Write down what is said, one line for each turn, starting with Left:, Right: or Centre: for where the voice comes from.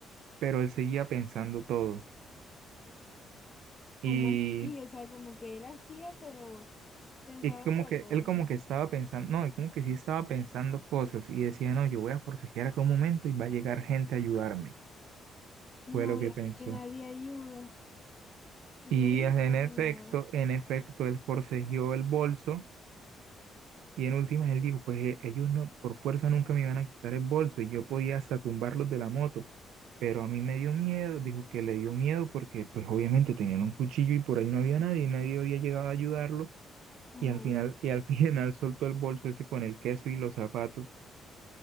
Right: pero él seguía pensando todo.
Left: ¿cómo
Right: Y,
Left: así? O sea, como que él hacía, pero pensaba
Right: y como
Left: otra
Right: que
Left: cosa.
Right: él como que estaba pensando, no, él como que sí estaba pensando cosas y decía, no, yo voy a forcejear acá un momento y va a llegar gente a ayudarme.
Left: No,
Right: Fue lo que
Left: y aquí
Right: pensó.
Left: que nadie ayuda. Y
Right: Y
Left: no gritó
Right: en efecto,
Left: ni nada.
Right: en efecto, él forcejeó el bolso y en últimas él dijo, pues eh, ellos no, por fuerza nunca me iban a quitar el bolso y yo podía hasta tumbarlos de la moto, pero a mí me dio miedo, dijo que le dio miedo porque pues obviamente tenían un cuchillo y por ahí no había nadie, y nadie había llegado a ayudarlo
Left: Ajá.
Right: y al final, y al <laughs> final soltó el bolso ese con el queso y los zapatos.